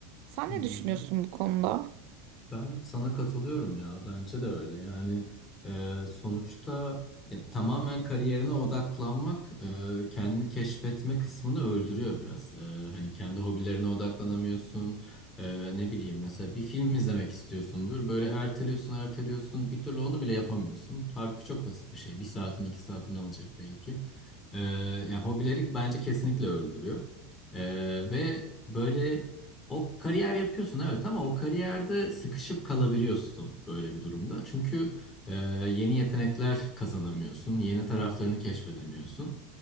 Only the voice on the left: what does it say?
Hmm.
Ben sana katılıyorum ya. Bence de öyle. Yani e, sonuçta ya, tamamen kariyerine odaklanmak e, kendini keşfetme kısmını öldürüyor biraz. E, hani kendi hobilerine odaklanamıyorsun. E, ne bileyim mesela bir film izlemek istiyorsundur. Böyle erteliyorsun, erteliyorsun. Bir türlü onu bile yapamıyorsun. Halbuki çok basit bir şey. Bir saatini, iki saatini alacak belki. E, yani hobileri bence kesinlikle öldürüyor. E, ve böyle o kariyer yapıyorsun evet ama o kariyerde sıkışıp kalabiliyorsun böyle bir durumda. Çünkü e, yeni yetenekler kazanamıyorsun, yeni taraflarını keşfedemiyorsun.